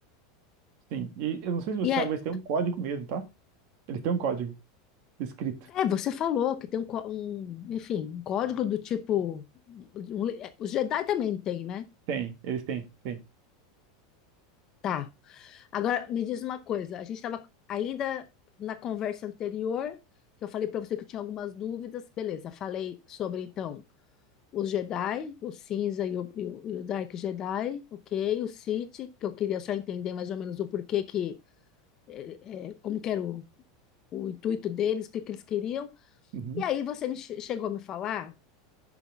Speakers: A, on the right; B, on the left.
A: sim. E eu não sei se você
B: E é,
A: sabe, mas tem um código mesmo, tá? Eles têm um código escrito.
B: é, você falou que tem um, có- um, enfim, um código do tipo. um li- é, os Jedi também tem, né?
A: Tem, eles têm, tem.
B: Tá. Agora, me diz uma coisa. A gente estava ainda na conversa anterior, que eu falei para você que eu tinha algumas dúvidas. Beleza, falei sobre, então. os Jedi, o cinza e o, e o, e o Dark Jedi, ok? O Sith, que eu queria só entender mais ou menos o porquê que, é, como que era o, o intuito deles, o que, que eles queriam.
A: Uhum.
B: E aí você me chegou a me falar